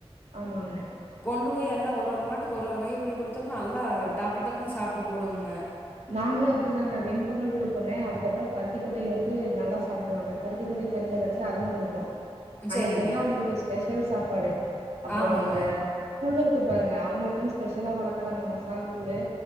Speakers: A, on the right; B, on the left.
A: ஆமாங்க
B: கொண்டு போய் எல்லா ஒரு ஒரு மாட்டுக்கு ஒரு ஒரு கைப்புடி குடுத்தம்ன்னா நல்லா டக்கு டக்குன்னு சாப்ட்டு போடுங்க
A: நாங்களு இப்டிதாங்க வெண்பொங்கல் குடுப்போங்க அதுக்கப்றோ பருத்திக்கொட்டைய வந்து நல்லா சாப்டுவாங்க பருத்திக்கொட்டைய தண்ணில கரச்சி அதைங் குடுப்போ அன்னைக்கு
B: சரிங்க
A: வந்து அவுங்களுக்கு ஸ்பெஷல் சாப்பாடு அப்றோ
B: ஆமாங்க
A: அந்த புல் இருக்கு பாருங்க அவுங்களுக்குன் ஸ்பெஷலா வளக்குற அந்த மசால் புல்லு